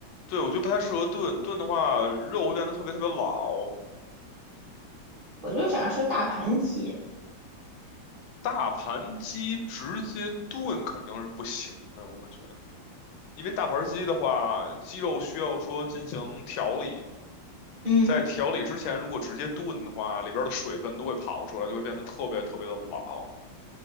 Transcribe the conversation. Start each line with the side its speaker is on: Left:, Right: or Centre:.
Left: 对，我觉得不太适合炖，炖的话肉会变得特别特别老。
Right: 我就想吃大盘鸡。
Left: 大盘鸡直接炖肯定是不行的，我觉得。因为大盘鸡的话，鸡肉需要说进行调理，
Right: 嗯，
Left: 在调理之前，如果直接炖的话，里边的水分都会跑出来，就会变得特别特别的老。